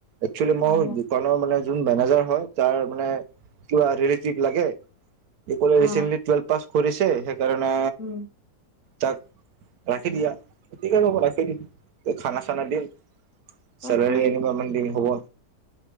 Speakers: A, on the right; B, on the left.
A: একচেলি মই
B: অ
A: দোকানৰ মানে য মেনেজাৰ হয় তাৰ মানে কিবা ৰিলেটিভ লাগে। এই কলে ৰিচেণ্টলি
B: অ
A: টুৱেলভ পাছ কৰিছে সেইকাৰণে।
B: উম।
A: তাক ৰাখি দিয়া খতি ৰাখি দিল খানা চানা দিম।
B: অ
A: চেলৰি
B: সেই
A: এনেুৱে দিম হ'ব।